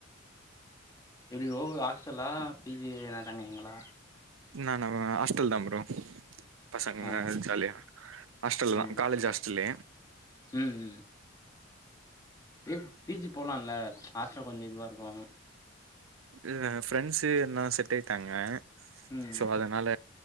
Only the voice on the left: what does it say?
எப்டி ப்ரோ ஹாஸ்டலா பி ஜி எதுனா தங்கறீங்களா
ஆ
ம்
ம் ம் இப் பி ஜி போலால்ல ஹாஸ்டல் கொஞ்ச இதுவா இருக்கு
ம்